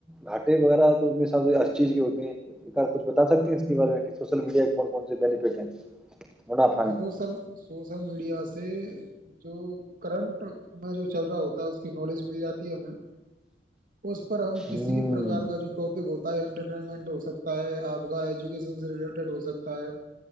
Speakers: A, in the centre; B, on the right (about 50°).
A: گھاٹے وغیرہ تو سے ہر چیز کے ہوتی ہیںار کچھ بتا سکتے ہیں اس کے بارے میں کہ سوشل میڈیا کے کون کون سے بینیفٹ ہیں منافع ہے
B: سوشل سوشل میڈیا سے سے جو کرنٹ میں جو چل رہا ہوتا ہے اس کی نالج مل جاتی ہے ہمیں اس پر ہم کسی
A: ہوں
B: بھی پرکار کا جو ٹاپک ہوتا ہے انٹر ٹ ہو سکتا ہے آپ کا ایجوکیشن سے ریلیٹڈ ہو سکتا ہے